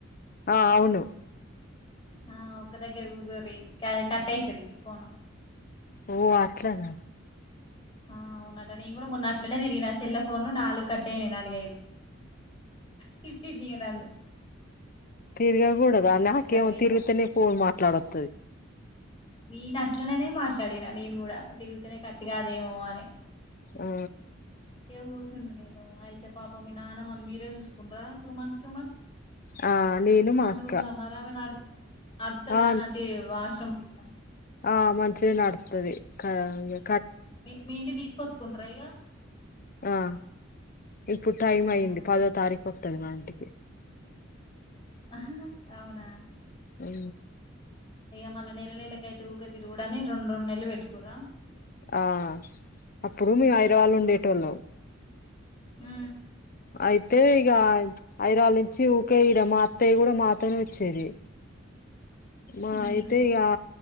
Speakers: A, on the left (about 45°); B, on the left (about 25°).
A: ఆ అవును
B: ఆ ఒక్క దగ్గర కూచోరి క కట్ అయితది ఫోను
A: ఓ అట్లన
B: ఆ అవునట నేన్ కూడ మొన్న అట్లనే తిరిగినా చెల్లాయ్ ఫోన్ లో నాలుగు కట్టాయినయి నాలుగైదు తిట్టింది ఇగ నన్ను
A: తిరిగకూడదా
B: అందుకే
A: నాకేమో
B: స్ట్రక్ అయితా
A: తిరుగుతనే ఫోన్ మాట్లాడొతది
B: నేను అట్లననే మాట్లాడిన నేను కూడ తిరుగుతనే కట్ కాదేమో అని
A: ఆ
B: ఏ వుస్నింది నేను అయితే పాపం మీ నాన్నమ్మని మీరే చూసుకుంట్రా టూ మంత్స్ టూ మంత్స్
A: ఆ నేను
B: మంచిగుంద
A: మా అక్క
B: మర్ ఆమె నడ్ అడ్తదా
A: ఆ
B: నటి వాష్రూమ్ కిట్ట
A: ఆ మంచిగ నడుతుది కా య
B: మీ మీ ఇంటి తీసుకొచ్కుంట్ర ఇగా
A: ఆ ఇప్పుడు టైం
B: ఆహా
A: అయ్యింది పదో తారీఖు వతది మా ఇంటికి
B: ఆ అవునా
A: ఉ
B: ఇగ మళ్ళ నెల నెలకయితే ఊక తిరుగుడని రెండు రెండు నెల్లు పెట్టుకురా
A: ఆ అప్పుడు మీ ఐరవాళ్ళు ఉండేటోళ్
B: హ
A: అయితే ఇగ ఐదరాళ్ళ నుంచి ఊకే ఈడ మా అత్తయ్య కూడా మాతోనే వచ్చేది మా
B: ఉహు
A: అయితే ఇగ